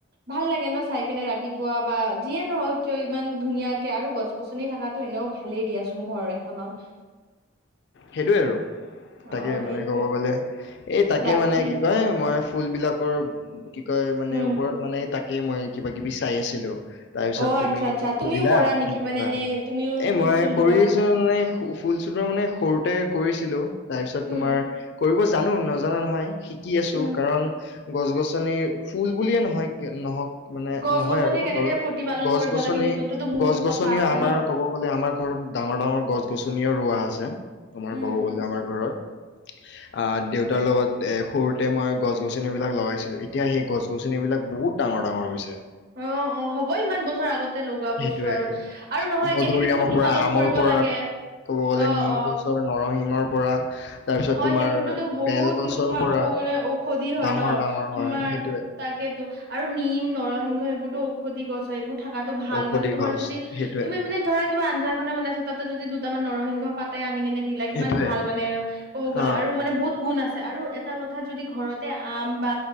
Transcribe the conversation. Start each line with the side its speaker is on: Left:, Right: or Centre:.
Right: ভাল লাগে ন চাই কেনে? ৰাতিপুৱা বা যিয়ে নহওক কিয় ইমান ধুনীয়াকে আৰু গছ গছনি থাকাতো এনেও ভালেই দিয়াচোন ঘৰ এখনত।
Left: সেইটোৱে আৰু।
Right: অ
Left: তাকে
Right: সেইটোয়ে
Left: মানে কব গলে এই তাকে
Right: বাকী
Left: মানে কি কয় মই ফুলবিলাকৰ কি কয় মানে
Right: উম
Left: ওপৰত মানে এই তাক এ মই কিবা কিবি চাই আছিলো। তাৰ পিছত
Right: অ
Left: তুমি
Right: আচ্ছা আচ্ছা
Left: মোক
Right: তুমিও
Left: সুধিলা,
Right: কৰা নেকি
Left: সেনেকুৱা
Right: মানে এনে তুমিও
Left: এ
Right: ফুল
Left: মই
Right: চুল
Left: কৰি
Right: ৰোৱা
Left: আছো নে ফু ফুল চুলৰ মানে সৰুতে কৰিছিলোঁ তাৰপিছত
Right: উম
Left: তোমাৰ কৰিব জানো, নজনা নহয়। শিকি আছো
Right: উম
Left: কাৰণ গছ-গছনিৰ, ফুল বুলিয়ে নহয়, নহওঁক মানে
Right: গছ
Left: নহয়
Right: গছনি
Left: আৰু
Right: কেনেকে
Left: ধৰক,
Right: প্ৰতিপালন
Left: গছ
Right: কৰিব
Left: গছনি
Right: লাগে সেইটোতোতো বহুত
Left: গছ গছনিয়ে
Right: কথা আছে
Left: আমাৰ
Right: ন।
Left: ক'ব গলে আমাৰ ঘৰত ডাঙৰ- ডাঙৰ গছ গছনিও ৰোৱা আছে। আমাৰ
Right: উম
Left: ক'ব
Right: উম।
Left: গ'লে আমাৰ ঘৰত আ দেউতাৰ লগত এ সৰুতে মই গছ গছনি ৰো বিলাক লগাইছিলো, এতিয়া সেই গছ গছনি বিলাক বহুত ডাঙৰ-ডাঙৰ হৈছে।
Right: অঁ- অঁ হ'ব ইমান বছৰ আগতে লগোৱা বস্তু
Left: সেইটোয়ে
Right: আৰু, আৰু নহয়
Left: মধুৰিআমৰ
Right: কেনেকে প্ৰতিপালন
Left: পৰা আমৰ
Right: কৰিব
Left: পৰা
Right: লাগে,
Left: ক'ব গ'লে
Right: অঁ-অঁ।
Left: নিম গছৰ নৰসিংহৰ পৰা, তাৰ পিছত তোমাৰ,
Right: সেইবোৰতোতো বহুত
Left: বেলগছৰ
Right: তোমাৰ
Left: পৰা
Right: ক'ব গ'লে ঔষধি হয়
Left: ডাঙৰ-
Right: ন
Left: ডাঙৰ
Right: তোমাৰ
Left: হয়, সেইটোয়ে।
Right: তাকেতো আৰু নিম, নৰসিংহ সেইবোৰতো ঔষধি গছ ত' এইবোৰ থাকাতো ভাল
Left: ঔষধি
Right: মানে তোমাৰ
Left: গছ
Right: যদি
Left: সেইটোয়ে
Right: তুমি মানে ধৰা কিবা আঞ্জা খানা বনাই চা তাতে যদি দুটামান নৰসিংহ পাতে আনি কেনে দিলা কিমান
Left: সেইটোয়ে
Right: ভাল মানে ক'ব গ'লে
Left: অ
Right: আৰু মানে বহুত গুণ আছ আৰু এটা কথা যদি ঘৰতে আম বা